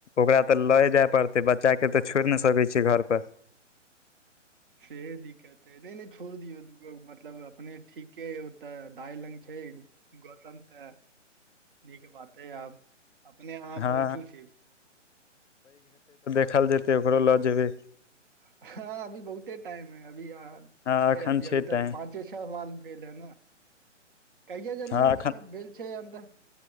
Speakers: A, on the left; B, on the right.
A: ओकरा तऽ लए जाय पड़तै बच्चाकेँ तऽ छोड़ि नहि सकय छै घरपर <inaudible>
B: सेहे दिक्कत हे नहि नहि छोड़ दियौ दगो मतलब अपने ठीके ह ओते दाइ लंग छै गौतम त ह न के बाते आब अपने अहाँ
A: हँ
B: पहुँचू छी
A: देखायल जेतै ओकरो लऽ जेबै
B: हँ अभी बहुते टाइम है अभी
A: हँ
B: छै
A: एखन
B: अभी अभी तऽ
A: टाइम
B: पाँचे छ साल ब ने कैय ज
A: हँ
B: ने बल छै आम तऽ